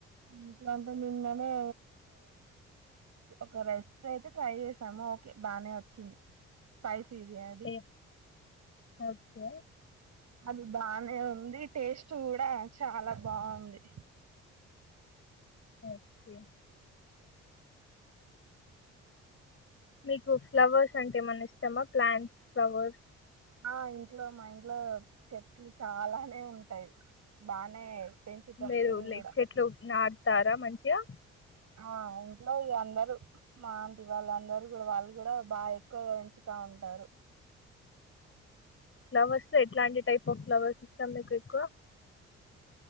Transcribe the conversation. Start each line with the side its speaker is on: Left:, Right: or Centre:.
Right: ఇంట్లో అంటే నిన్ననే ఒక రెసిపీ అయితే ట్రై చేసాము ఓకే బానే వచ్చింది స్పైసీ సీది అధి
Left: ఏ? ఓకే
Right: అది బానే ఉంది టేస్ట్ కూడా చాలా బాగుంది
Left: ఓకే మీకు ఫ్లవర్స్ అంటే ఏమనా ఇష్టమా ప్లాంట్స్ ఫ్లవర్స్
Right: ఆ ఇంట్లో మా ఇంట్లో చెట్లు చాలానే ఉంటాయి బానే పెంచుతాం
Left: లేల
Right: మేము కూడా
Left: చెట్లు నా తారా మంచియా
Right: ఆ ఇంట్లో అందరుూ మాంటి వాళ్ళందరూ కూడా వాళ్ళు కూడా బాగా ఎక్కువగా పెంచుతా ఉంటారు
Left: ఫ్లవర్స్ లో ఎట్లాంటి టైప్ ఆఫ్ ఫ్లవర్స్ ఇష్టాము మీకు ఎక్కువ